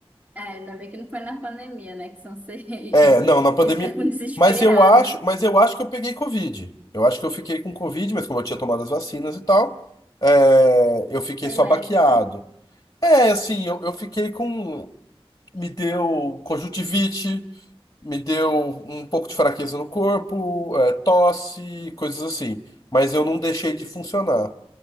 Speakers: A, on the right (about 15°); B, on the left (about 35°).
A: É, ainda bem que não foi na pandemia, né? Que senão você <laughs>
B: É, não, na pandemia.
A: ia ficar com desesperada.
B: Mas eu acho, mas eu acho que eu peguei Covid. Eu acho que eu fiquei com Covid, mas como eu tinha tomado as vacinas e tal, é, eu fiquei
A: Foi
B: só
A: leve,
B: baqueado.
A: né?
B: É, assim, eu, eu fiquei com. Me deu conjuntivite, me deu um pouco de fraqueza no corpo, é, tosse, coisas assim. Mas eu não deixei de funcionar.